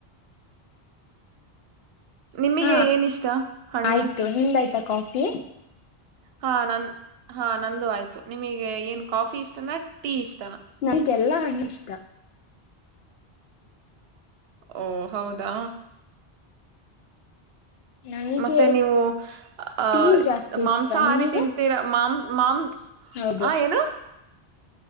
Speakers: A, on the right; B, on the left.
A: ನಿಮಿಗೆ
B: ಹಾ
A: ಏನ ಇಷ್ಟ ಹಣ್ಣು
B: ಆಯ್ತು ನಿಮ್ದಾಯ್ತಾ ಕಾಫಿ
A: ಹಾ ನನ್ ಹಾ ನಂದು ಆಯ್ತು ನಿಮಗೆ ಏನ್ ಕಾಫಿ ಇಷ್ಟನಾ ಟೀ ಇಷ್ಟ
B: ನನಗೆಲ್ಲಾ ಹಣ್ಣು ಇಷ್ಟ
A: ಓ ಹೌದಾ
B: ನಮಗೆ
A: ಮತ್ತೆ ನೀವು ಅಹ
B: ಟೀ ಜಾಸ್ತಿ
A: ಮಾಂಸಾಹಾರಿ
B: ಇಷ್ಟ ನಿಮಗೆ
A: ತಿಂತೀರ ಮಾಮ ಮಾಂ <unintelligible>
B: ಹೌದು
A: ಹ ಏನು